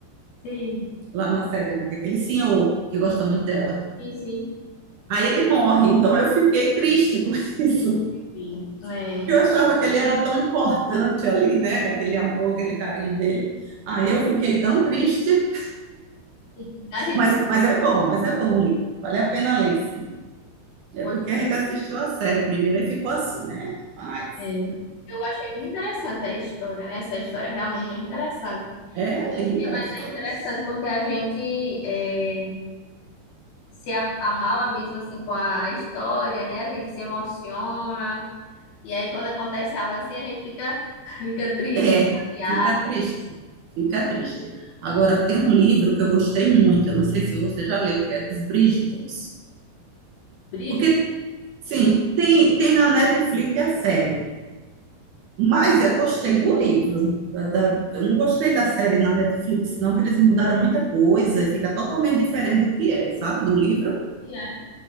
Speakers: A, on the left (about 75°); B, on the right (about 65°).
A: Sim,
B: lá na série, né? Que é aquele senhor que gosta muito dela.
A: sim, sim.
B: Aí ele morre, então eu fiquei triste com <laughs> isso.
A: Sim. É.
B: Eu achava que ele era tão importante ali, né? Aquele amor, aquele carinho dele. Aí eu fiquei tão triste,
A: Enfim, A gente
B: mas, mas é bom, mas é bom o livro. Vale a pena ler, sim. É
A: foi.
B: porque a
A: né?
B: gente assistiu a série primeiro e ficou assim, né? Mas
A: é. Eu achei muito interessante a história, né? Essa história é realmente muito interessante.
B: é linda
A: Mas
B: a história.
A: é interessante porque a gente é, se a- abala mesmo assim com a, a história, né? A gente se emociona. E aí quando acontece algo assim, a gente fica, <laughs> fica triste,
B: É,
A: chateado.
B: fica triste, fica triste. Agora tem um livro que eu gostei muito, eu não sei se você já leu, que é dos Bridgetons.
A: Brígido,
B: Porque Sim, tem, tem na Netflix a série, mas eu gostei do livro. da- da- eu não gostei da série na Netflix, não, que eles mudaram muita coisa e fica totalmente diferente do que é, sabe? Do livro.
A: né?